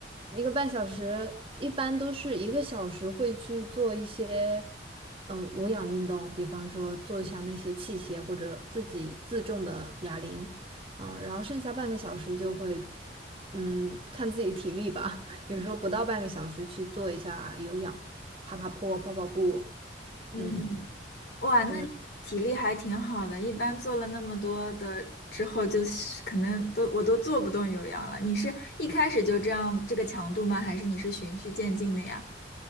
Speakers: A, on the right; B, on the left.
A: 一个半小时一般都是一个小时会去做一些嗯无氧运动，比方说做一下那些器械或者自己自重的哑铃。嗯，然后剩下半个小时就会嗯看自己体力吧，<laughs> 有时候不到半个小时去做一下有氧，爬爬坡、跑跑步。
B: 嗯，
A: 嗯。
B: 哇，那你体力还挺好的，
A: 对。
B: 一般做了那么多的之后，就是可能都我都做不动有氧了。你是一开始就这样这个强度吗？还是你是循序渐进的呀？